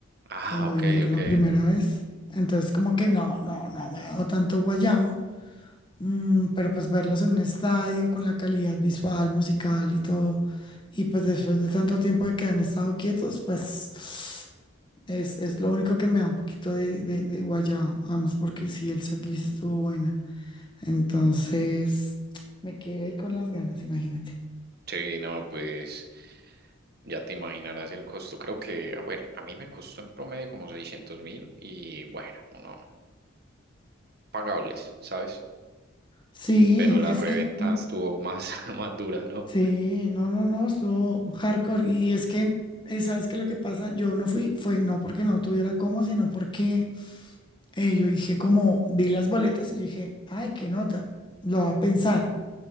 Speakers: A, on the right; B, on the left.
A: Ah,
B: cuando
A: ok,
B: vinieron
A: ok.
B: la primera vez. Entonces, como que no, no, no me hago tanto guayao. Mm, pero pues verlos en un estadio con la calidad visual, musical y todo. Y pues después de tanto tiempo de que han estado quietos, pues es, es lo único que me da un poquito de, de, de guayao. Además, porque sí, el setlist estuvo buena. Entonces, me quedé ahí con las ganas, imagínate.
A: Sí, no, pues ya te imaginarás el costo. Creo que, a ver, a mí me costó en promedio como seiscientos mil y bueno, uno, pagables, ¿sabes?
B: Sí,
A: Pero la
B: es
A: reventa
B: que mm,
A: estuvo más, <laughs> más dura, ¿no?
B: Sí, no, no, no, estuvo hardcore. Y es que, eh, ¿sabes qué? Lo que pasa, yo no fui, fue no porque no tuviera cómo, sino porque eh, yo dije, como vi las boletas y yo dije, ay, qué nota, lo va a pensar.